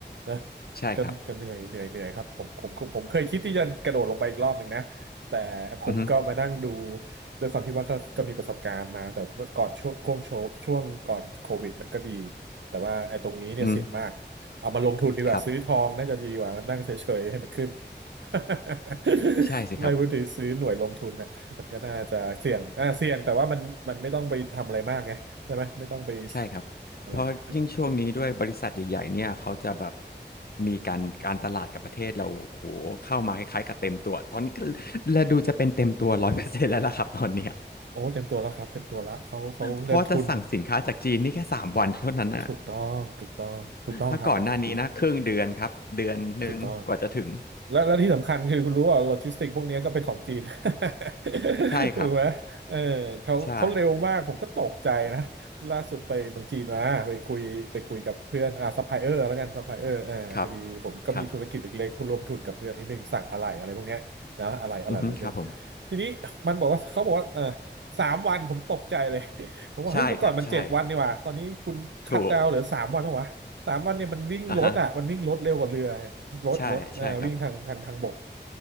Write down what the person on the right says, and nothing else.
นะ
ก็ก็เหนื่อยเหนื่อยเหนื่อยครับผมผมผมผมเคยคิดที่จะกระโดดลงไปอีกรอบหนึ่งนะแต่ผมก็มานั่งดู
ด้วยความที่ว่าก็ก็มีประสบการณ์มาแต่เมื่อก่อนช่วงช่วงโชคช่วงก่อนโควิดมันก็ดีแต่ว่าไอ้ตรงนี้เนี่ยเสี่ยงมากเอามาลงทุนดีกว่าซื้อทองน่าจะดีกว่านั่งเฉยๆให้มันขึ้น
<laughs>
ไม่พูดถึงซื้อหน่วยลงทุนนะ มันก็น่าจะเสี่ยงอ่าเสี่ยงแต่ว่ามันมันไม่ต้องไปทำอะไรมากไงใช่ไหม ไม่ต้องไป
อะไรมาก
โอ้เต็มตัวแล้วครับเต็มตัวแล้วเขาเขาเงินทุน
ถูกต้อง ถูกต้องถูกต้องครับคุณพีท
ถูกต้อง แล้วและที่สำคัญคือคุณรู้ว่าโลจิสติกพวกเนี้ยก็เป็นของจีน <laughs>
ถูกไหมเออเขาเขาเร็วมากผมก็ตกใจนะ
ล่าสุดไปเมืองจีนมาไปคุยไปคุยกับเพื่อนอ่าซัพพลายเออร์แล้วกันซัพพลายเออร์อ่าพอดีผมก็มีธุรกิจเล็กๆร่วมทุนกับเพื่อนนิดนึงสั่งอะไหล่อะไรพวกเนี้ยนะอะไหล่อะไหล่รถยนต์
ทีนี้มันบอกว่าเขาบอกว่าเออสามวันผมตกใจเลย <laughs> ผมว่าเฮ้ยเมื่อก่อนมันเจ็ดวันนี่หว่าตอนนี้คุณคัตดาวน์เหลือสามวันแล้ววะ
สามวันเนี่ยมันวิ่งรถอ่ะมันวิ่งรถเร็วกว่าเรือไงรถรถเออวิ่งทางทางทางบก